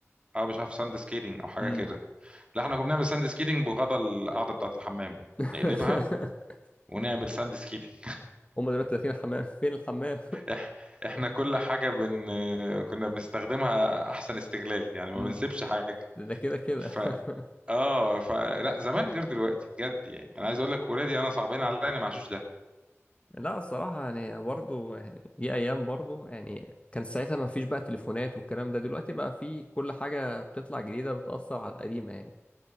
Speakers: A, on the right; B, on the left.
A: اه مش عارف ساند سكيتنج او حاجة
B: امم
A: كده لا احنا كنا بنعمل ساند سكيتنج بغطا القاعده بتاعه الحمام
B: <laughs>
A: نقلبها ونعمل ساند سكيتنج
B: هما دلوقتي داخلين الحمام فين الحمام
A: إح... احنا كل حاجه بن... كنا بنستخدمها احسن استغلال
B: <laughs>
A: يعني ما
B: امم
A: بنسيبش حاجه
B: ده ده كده كده
A: ف
B: <laughs>
A: اه ف لا زمان غير دلوقتي بجد يعني انا عايز اقول لك ولادي انا صعبين عليا انا ما عاشوش ده
B: لا الصراحة يعني برضو يعني دي أيام برضو يعني كان ساعتها ما فيش بقى تليفونات والكلام ده دلوقتي بقى في كل حاجة بتطلع جديدة بتأثر على القديمة يعني